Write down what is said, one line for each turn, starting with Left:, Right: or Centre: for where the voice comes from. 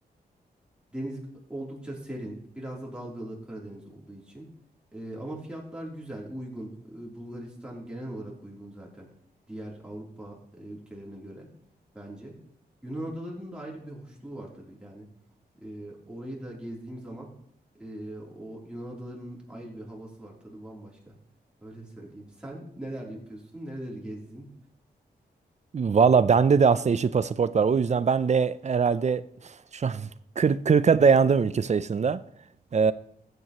Centre: Deniz oldukça serin. Biraz da dalgalı Karadeniz olduğu için. Ee, ama fiyatlar güzel, uygun. Ee, Bulgaristan genel olarak uygun zaten. Diğer Avrupa e, ülkelerine göre bence. Yunan adalarının da ayrı bir hoşluğu var tabii. Yani e, orayı da gezdiğim zaman e, o Yunan adalarının ayrı bir havası var. Tadı bambaşka. Öyle söyleyeyim. Sen neler yapıyorsun? Neleri gezdin?
Right: Valla bende de aslında yeşil pasaport var. O yüzden ben de herhalde şu an <laughs> 40, 40'a dayandım ülke sayısında. Ee,